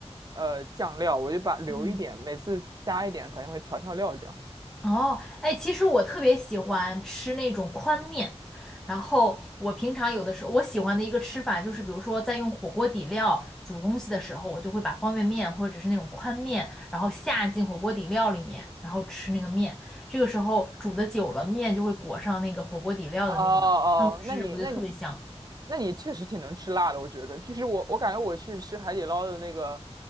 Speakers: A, on the right (about 35°); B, in the centre.
A: 呃酱料，我就把留一点，
B: 嗯。
A: 每次加一点，可能会调调料这样。
B: 哦，哎，其实我特别喜欢吃那种宽面，然后我平常有的时候我喜欢的一个吃法就是，比如说在用火锅底料煮东西的时候，我就会把方便面或者是那种宽面，然后下进火锅底料里面，然后吃那个面。这个时候煮的久了，面就会裹上那个火锅底料的那个汤汁，
A: 哦哦，那你那你
B: 我觉得特别香。
A: 那你确实挺能吃辣的，我觉得。就是我我感觉我去吃海底捞的那个，比